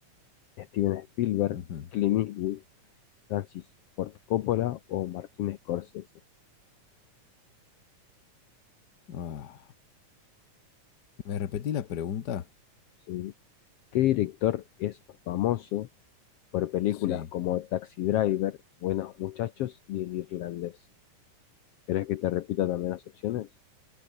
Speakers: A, on the left (about 80°); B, on the left (about 70°).
A: ¿Steven Spielberg,
B: Ujú.
A: Clint Eastwood, Francis Ford Coppola o Martin Scorsese?
B: Ah, ¿me repetí la pregunta?
A: Sí. ¿Qué director es famoso por películas
B: Sí,
A: como Taxi Driver, Buenos Muchachos y El Irlandés? ¿Querés que te repita también las opciones?